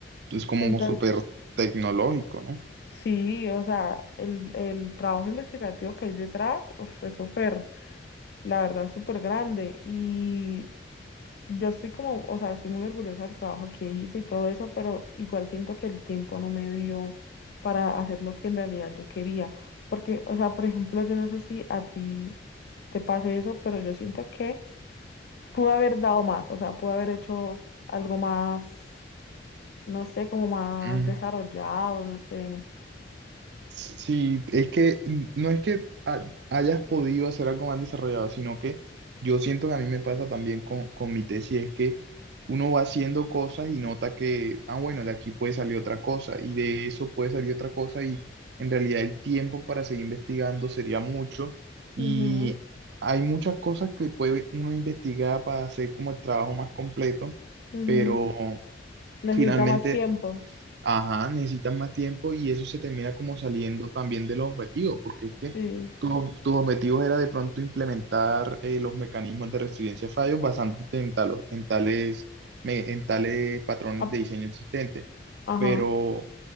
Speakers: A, on the right (about 60°); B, on the left (about 55°).
A: Es como
B: Entonces
A: súper tecnológico,
B: Sí, o sea, el, el trabajo investigativo que hay detrás uf, es súper, la verdad, súper grande. Y yo estoy como, o sea, estoy muy orgullosa del trabajo que hice y todo eso, pero igual siento que el tiempo no me dio para hacer lo que en realidad yo quería. Porque, o sea, por ejemplo, yo no sé si a ti te pase eso, pero yo siento que pude haber dado más, o sea, pude haber hecho algo más, no sé, como más
A: ¿no?
B: desarrollado, no sé.
A: Sí, es que n- no es que ha- hayas podido hacer algo más desarrollado, sino que yo siento que a mí me pasa también con, con mi tesis, es que uno va haciendo cosas y nota que, ah, bueno, de aquí puede salir otra cosa y de eso puede salir otra cosa y en realidad el tiempo para seguir investigando sería mucho y
B: Ujú,
A: hay muchas cosas que puede uno investigar para hacer como el trabajo más completo,
B: ujú.
A: pero
B: Necesita
A: finalmente
B: más tiempo.
A: Ajá, necesitas más tiempo y eso se termina como saliendo también de los objetivos, porque es que
B: Sí.
A: tus, tus objetivos era de pronto implementar eh, los mecanismos de resiliencia a fallos basándote en, talos- en tales, me- en tales patrones
B: Ap-
A: de diseño existentes.
B: Ajá.
A: Pero,